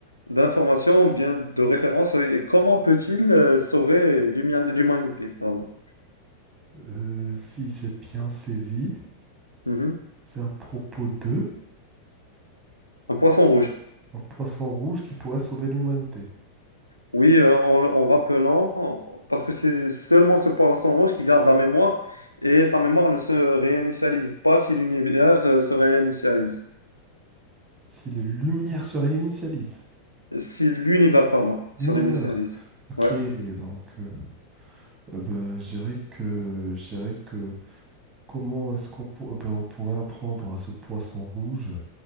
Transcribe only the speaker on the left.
d'information, bien de référence, et comment peut-il euh, sauver l'huma- l'humanité, pardon.
Mhm.
Un poisson rouge.
Oui, euh, en, en rappelant, parce que c'est seulement ce poisson rouge qui garde la mémoire et sa mémoire ne se réinitialise pas si l'univers euh, se réinitialise.
Si l'univers, pardon, se
réinitialise.
Ouais.